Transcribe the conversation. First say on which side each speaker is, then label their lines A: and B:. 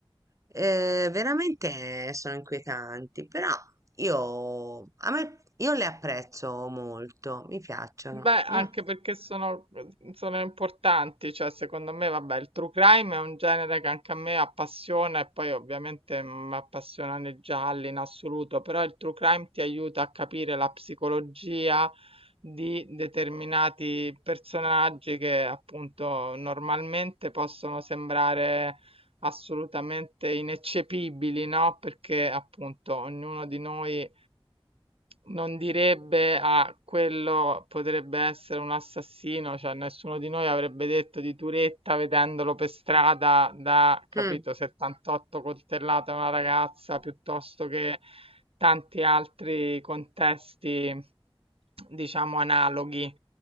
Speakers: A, on the right; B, on the right.
A: eh, veramente sono inquietanti, però io, a me, io le apprezzo molto, mi piacciono.
B: Beh, anche
A: Mm,
B: perché sono, sono importanti, cioè secondo me, vabbè, il true crime è un genere che anche a me appassiona e poi ovviamente mm, mi appassionano i gialli in assoluto, però il true crime ti aiuta a capire la psicologia di determinati personaggi che appunto normalmente possono sembrare assolutamente ineccepibili, no? Perché appunto ognuno di noi non direbbe a quello potrebbe essere un assassino, cioè nessuno di noi avrebbe detto di Turetta vedendolo per strada da, capito,
A: mm.
B: 78 coltellate a una ragazza piuttosto che tanti altri contesti, diciamo, analoghi.